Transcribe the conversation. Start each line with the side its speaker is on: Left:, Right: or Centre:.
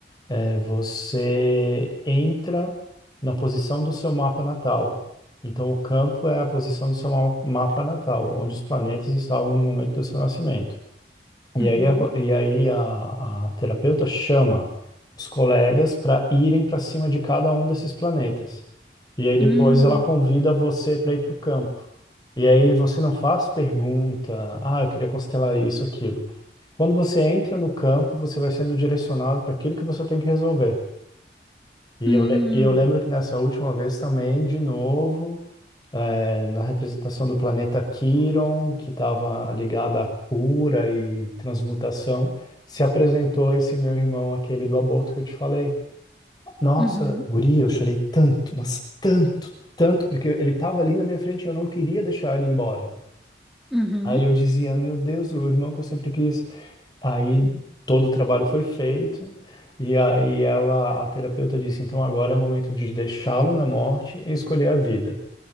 Left: eh, você entra na posição do seu mapa natal. Então o campo é a posição do seu ma- mapa natal, onde os planetas estavam no momento do seu nascimento. E
Centre: uhum,
Left: aí, a, co- e aí a, a terapeuta chama os colegas para irem para cima de cada um desses planetas. E aí depois
Centre: hum,
Left: ela convida você para ir para o campo. E aí você não faz pergunta, ah, eu queria constelar isso, aquilo. Quando você entra
Centre: sei.
Left: no campo, você vai sendo direcionado para aquilo que você tem que resolver. E
Centre: hum,
Left: eu, le- e eu lembro que nessa última vez também, de novo é, na representação do planeta Quiron, que estava ligado à cura e transmutação, se apresentou esse meu irmão, aquele do aborto que eu te falei. Nossa,
Centre: uhum.
Left: guria, eu chorei tanto, mas tanto, tanto, porque ele estava ali na minha frente e eu não queria deixar ele embora.
Centre: Uhum,
Left: Aí eu dizia, meu Deus, o irmão que eu sempre quis. Aí todo o trabalho foi feito. E aí ela, a terapeuta disse, então agora é o momento de deixá-lo na morte e escolher a vida.